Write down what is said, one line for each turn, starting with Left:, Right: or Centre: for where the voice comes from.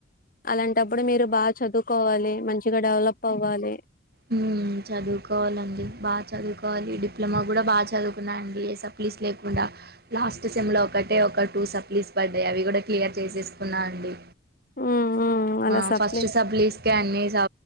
Left: అలాంటప్పుడు మీరు బాగా చదువుకోవాలి మంచిగా డెవలప్ అవ్వాలి
Right: హ్మ్మ్ చదువుకోవాలండి బాగా చదువుకో చదువుకోవాలి డిప్లొమా కూడా బాగా చదువుకున్నా అండి ఏ సప్లీస్ లేకుండా లాస్ట్ సెమ్లో ఒకటే ఒక టూ సప్లీస్ పడ్డాయి అవి కూడా క్లియర్ చేసేసుకున్నా అండి
Left: మ్మ్ మ్మ్ అలా
Right: ఆ
Left: సప్లై
Right: ఫస్ట్ సబులుస్కే అన్ని స